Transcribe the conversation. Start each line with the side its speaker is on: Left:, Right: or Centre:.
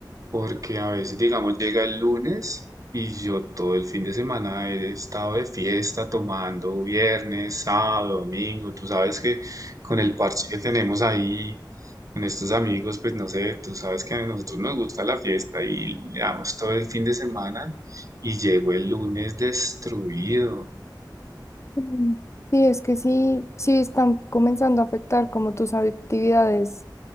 Right: Porque a veces, digamos, llega el lunes y yo todo el fin de semana he estado de fiesta tomando viernes, sábado, domingo. Tú sabes que con el parche que tenemos ahí, con estos amigos, pues no sé, tú sabes que a nosotros nos gusta la fiesta y le damos todo el fin de semana y llego el lunes destruido.
Left: Mm. Sí, es que sí, sí están comenzando a afectar como tus actividades